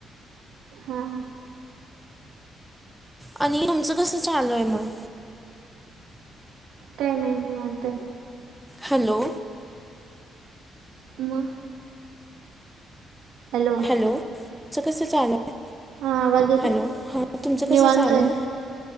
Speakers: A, on the right; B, in the centre.
A: हा हा.
B: आणि तुमचं कसं चालूय मग?
A: काय नाही. मग. निवांत हाय.
B: हॅलो!
A: मग. हॅलो!
B: हॅलो! तुमचं कसं चालू हाय?
A: हा आवाज येतो
B: हॅलो! हा तुमचं
A: निवांत
B: कसं चालू
A: आहे
B: हाय.